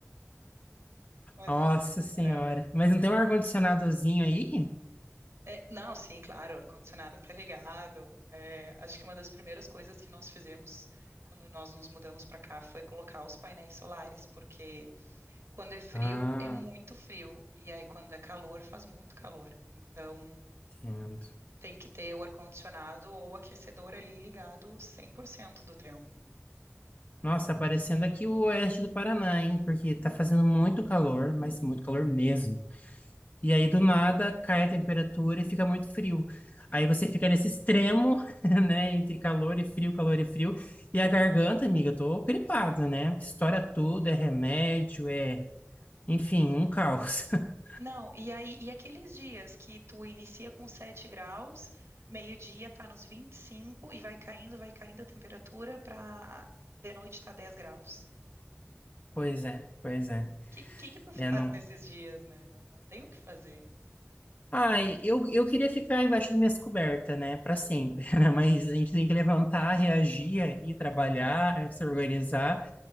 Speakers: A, on the right; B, on the left.
A: mas...
B: Nossa Senhora.
A: É.
B: Mas não tem um ar-condicionadozinho aí?
A: É, não, sim, claro, o ar-condicionado está ligado. É, acho que uma das primeiras coisas que nós fizemos quando nós nos mudamos para cá foi colocar os painéis solares, porque quando é frio,
B: Ah,
A: é muito frio, e aí quando é calor, faz muito calor. Então,
B: entendo.
A: tem que ter o ar-condicionado ou o aquecedor ali ligado 100% do tempo.
B: Nossa, tá parecendo aqui o oeste do Paraná, hein? Porque tá fazendo muito calor, mas muito calor mesmo. E aí, do nada, cai a temperatura e fica muito frio. Aí você fica nesse extremo, <laughs> né? Entre calor e frio, calor e frio. E a garganta, amiga, eu tô gripada, né? Estoura tudo, é remédio, é... Enfim, um caos. <laughs>
A: Não, e aí, e aqueles dias que tu inicia com 7 graus, meio-dia tá nos vinte e cinco e vai caindo, vai caindo a temperatura pra de noite tá 10 graus.
B: Pois é, pois é.
A: Que que que tu faz
B: É, não...
A: nesses dias, né? Não, não tem o que fazer.
B: Ai, eu, eu queria ficar embaixo das minhas cobertas, né? Pra sempre, <laughs> né? Mas a gente tem que levantar, reagir aí, trabalhar, se organizar.